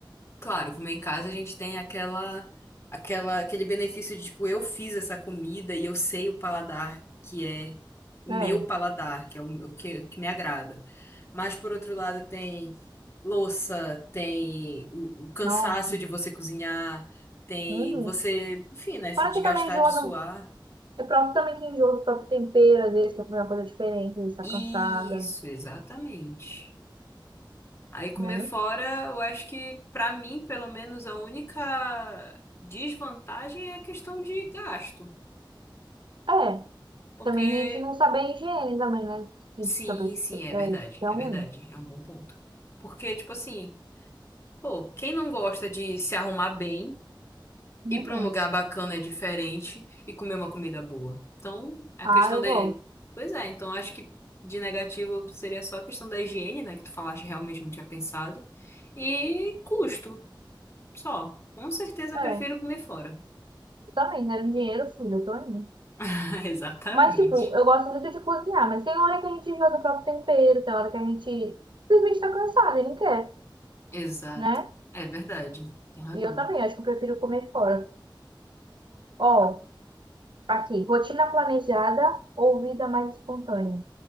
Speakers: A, on the left; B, on the right.
A: Claro, comer em casa a gente tem aquela, aquela, aquele benefício de, tipo, eu fiz essa comida e eu sei o paladar que é o
B: É.
A: meu paladar, que é o, o que, o que me agrada. Mas, por outro lado, tem louça, tem o, o cansaço
B: Nossa.
A: de você cozinhar, tem
B: Uhum.
A: você, enfim, né, se
B: Fora
A: desgastar
B: que também enjoa
A: de suar.
B: do... É próprio também que enjoa do próprio tempero, às vezes, quer comer uma coisa diferente, às vezes tá
A: Isso,
B: cansada,
A: exatamente. Aí comer
B: né?
A: fora, eu acho que pra mim, pelo menos, a única desvantagem é a questão de gasto.
B: É.
A: Porque
B: Também a gente não sabe a higiene também, né? Se,
A: sim,
B: deixa eu ver se
A: sim, é
B: é,
A: verdade,
B: se é
A: é
B: ruim.
A: verdade,
B: né?
A: é um bom ponto. Porque tipo assim, pô, quem não gosta de se arrumar bem,
B: Não.
A: ir pra um lugar bacana é diferente e comer uma comida boa. Então, a
B: Ah,
A: questão
B: eu
A: da
B: gosto.
A: Pois é, então acho que de negativo seria só a questão da higiene, né, que tu falaste, realmente não tinha pensado. E custo. Só, com certeza eu
B: É,
A: prefiro comer fora.
B: também, né? Dinheiro, sim, eu tô indo.
A: <laughs> Exatamente.
B: Mas, tipo, eu gosto muito de cozinhar, mas tem hora que a gente joga o próprio tempero, tem hora que a gente simplesmente tá cansado e não quer,
A: Exato.
B: né?
A: É verdade. Tem razão.
B: E eu também, acho que eu prefiro comer fora. Ó, aqui, rotina planejada ou vida mais espontânea?